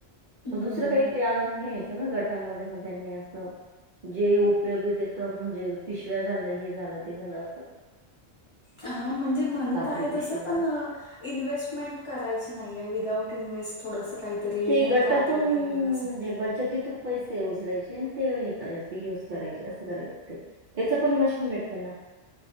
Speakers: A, on the right; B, on the left.
A: मग
B: हं.
A: दुसरं काही ते अजून घ्यायचं ना. गटामध्ये मग त्यांनी असं जे उपयोगीेत येतं. म्हणजे पिशव्या झालं, हे झालं ते झालं असं.
B: हा म्हणजे म्हणत
A: कापडी
B: आहेत
A: पिशवी
B: तसं
A: वगैरे.
B: पण, इन्व्हेस्टमेंट करायची नाही आहे. विदाउट इन्व्हेस्ट थोडंस काहीतरी
A: ते
B: नाही
A: गटातून
B: का आपल्याला भेटेल असं.
A: म्हणजे बचतीतून पैसे उचलायचे आणि ते हे करायचे युज करायचे. असं करायचं ते त्याच पण मशीन भेटत ना.